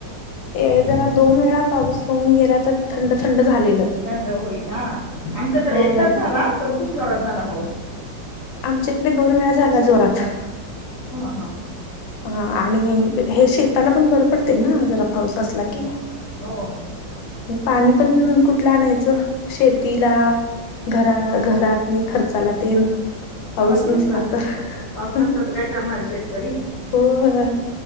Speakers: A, on the left (about 85°); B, on the left (about 60°).
A: ए जरा दोन वेळा पाऊस होऊन गेला तर थंड थंड झालेलं.
B: थंड होईल हा आमच्याकडे
A: होय
B: एकदाच झाला पण खूप जोरात झाला पाऊस.
A: आमच्या इकडे दोन वेळा झाला जोरात.
B: हा हा
A: ह आणिह हे शेताला पण बरं पडतय ना जरा पाऊस असला की.
B: हो
A: आणि पाणी पण कुटलं आणायचं शेतीला घरा घरात नि खर्चाला तेन. पाऊस
B: म तेच
A: नसला
B: ना
A: तर
B: पाऊस नसला तर काय करणारये शेतकरी.
A: होय